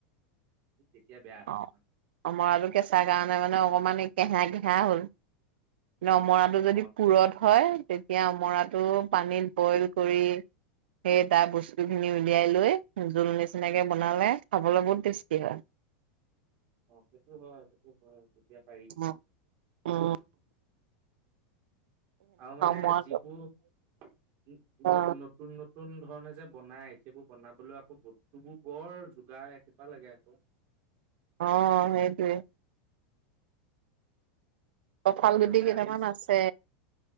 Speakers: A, on the right; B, on the right.
A: তেতিয়া বেয়া হয়
B: অ
A: নহয়
B: অমৰাটো কেঁচা কাৰণে মানে অকণমান কেহা কেহা হ'ল কিন্ত অমৰাটো যদি
A: অ
B: পুৰঠ হয় তেতিয়া অমৰাটো পানীত বইল কৰি সেই তাৰ বস্তুখিনি উলিয়াই লৈ জোল নিচিনাকৈ বনালে খাবলৈ বহুত টেষ্টি হয়
A: অ সেইটো হয় সেইটো হয় তেতিয়া পাৰি
B: অ উম
A: আৰু মানে
B: মই
A: যিবোৰ নতুন ন
B: অ অ
A: নতুন নতুন ধৰণে যে বনাই সেইবোৰ বনাবলৈ আকৌ বস্তুবোৰ বৰ যোগাৰ ৰাখিব লাগে আকৌ
B: অ হেইটোৱে কঠাল
A: তেতিয়াহ'লে
B: গুটি কেইটামান
A: আজি
B: আছে